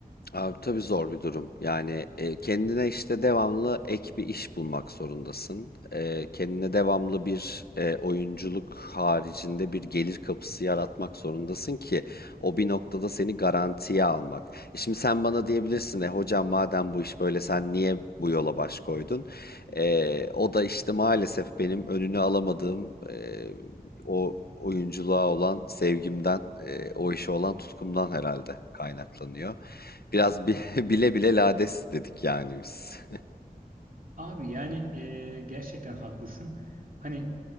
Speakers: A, on the left (about 85°); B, on the right (about 65°).
A: Abi tabii zor bir durum. Yani e, kendine işte devamlı ek bir iş bulmak zorundasın. E, kendine devamlı bir e, oyunculuk haricinde bir gelir kapısı yaratmak zorundasın ki o bir noktada seni garantiye almak. E şimdi sen bana diyebilirsin, e hocam madem bu iş böyle sen niye bu yola baş koydun? E, o da işte maalesef benim önünü alamadığım e, o oyunculuğa olan sevgimden, e, o işe olan tutkumdan herhalde kaynaklanıyor. Biraz bi- <laughs> bile bile lades dedik yani biz.
B: Abi yani eee, gerçekten haklısın. Hani